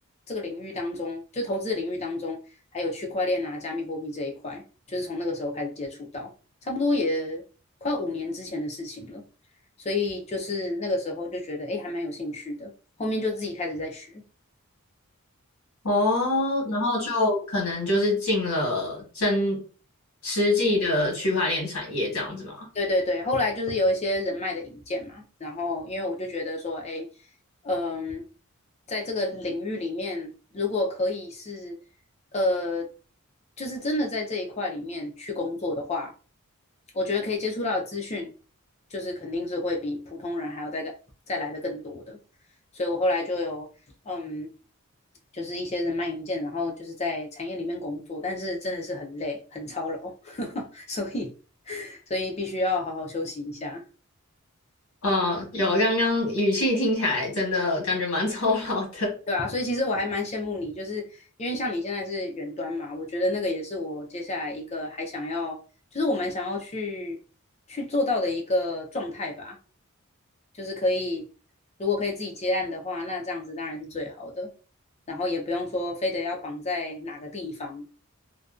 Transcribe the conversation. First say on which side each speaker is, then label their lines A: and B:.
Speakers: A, on the left (about 30°); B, on the left (about 70°).
A: 这个领域当中，就投资领域当中，还有区块链啊、加密货币这一块，就是从那个时候开始接触到，差不多也快五年之前的事情了。所以就是那个时候就觉得，哎，还蛮有兴趣的。后面就自己开始在学。
B: 哦，然后就可能就是进了真实际的区块链产业这样子吗？
A: 对对对，后来就是有一些人脉的引荐嘛，然后因为我就觉得说，哎，嗯，在这个领域里面，如果可以是，呃，就是真的在这一块里面去工作的话，我觉得可以接触到的资讯，就是肯定是会比普通人还要再再来的更多的，所以我后来就有，嗯，就是一些人脉引荐，然后就是在产业里面工作，但是真的是很累，很操劳。<laughs> 所以所以必须要好好休息一下。
B: 嗯，有，刚刚语气听起来真的感觉蛮 <laughs> 操劳的。
A: 对啊，所以其实我还蛮羡慕你，就是因为像你现在是远端嘛，我觉得那个也是我接下来一个还想要，就是我蛮想要去去做到的一个状态吧，就是可以，如果可以自己接案的话，那这样子当然是最好的，然后也不用说非得要绑在哪个地方，